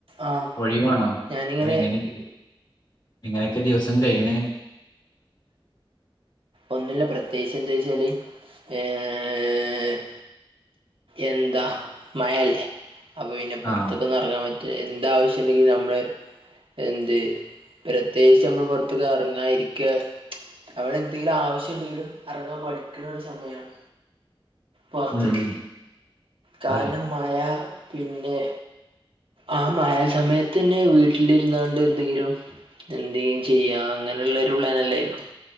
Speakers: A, on the right; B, on the left.
A: ആഹ
B: ഒഴിവാണോ
A: ഞാനിങ്ങനെ.
B: അത് എങ്ങനെയൊക്കെ എങ്ങനെയൊക്കെ ദിവസം കഴിയണ്.
A: ഒന്നില്ല പ്രത്യേകിച്ച് എന്താ വെച്ചാൽ എങോ എന്താ മഴല്ലേ അപ്പൾ പിന്നെ പുറത്തേക്കന്നും
B: ആ
A: ഇറങ്ങാൻ പറ്റും. എന്ത് ആവശ്യംണ്ടെങ്കിലും നമ്മള്. എന്ത് പ്രത്യേകിച്ച് നമ്മൾ പുറത്തക്ക് ഇറങ്ങാ ഇരിക്ക അവടെ. എന്തെങ്കിലും ആവശ്യംണ്ടെങ്കിലും എറങ്ങാൻ മഠിക്കുണ ഒരു സമയമാണ്. വാർത്തക്ക്
B: ഉം ഉം
A: കാരണം
B: അതെ
A: മഴ പിന്നെ. ആ മഴ സമയത്ത്ന്നെ വീട്ടിലിരുന്നാണ്ട് എന്തെങ്കിലും. എന്തേം ചെയ്യാ അങ്ങനെയുള്ളരു പ്ലൻല്ലായിരിക്കും